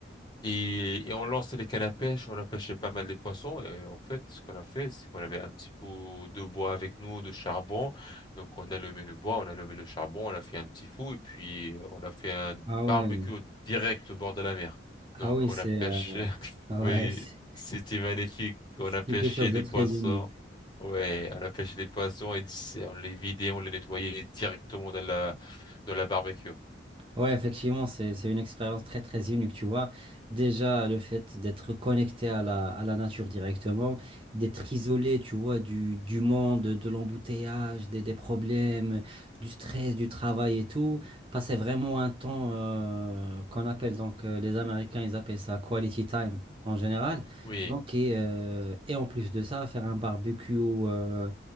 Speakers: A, on the left (about 25°); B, on the right (about 30°).
A: Et, et on lançait les cannes à pêche, on a pêché pas mal des poissons. Et en fait, ce qu'on a fait, c'est qu'on avait un petit pot de bois avec nous, de charbon. Donc, on a allumé le bois, on a allumé le charbon, on a fait un petit feu et puis euh, on a fait un
B: Ah
A: barbecue
B: ouais.
A: direct au bord de la mer.
B: Ah
A: Donc,
B: oui, c'est
A: on a pêché.
B: euh,
A: <laughs>
B: ah
A: Oui,
B: ouais, c'est
A: c'était magnifique. On
B: c'est
A: a
B: quelque
A: pêché
B: chose
A: les
B: de très
A: poissons.
B: unique.
A: Ouais, on a pêché les poissons et c'est- on les vidait, on les nettoyait directement dans la, dans la barbecue.
B: Ouais, effectivement, c'est, c'est une expérience très, très unique, tu vois. Déjà, le fait d'être connecté à la, à la nature directement, d'être
A: Mhm.
B: isolé, tu vois, du, du monde, de l'embouteillage, des, des problèmes, du stress, du travail et tout. Passer vraiment un temps, euh, qu'on appelle, donc, euh, les Américains, ils appellent ça quality time en général.
A: Oui.
B: Donc, et, euh, et en plus de ça, faire un barbecue, euh,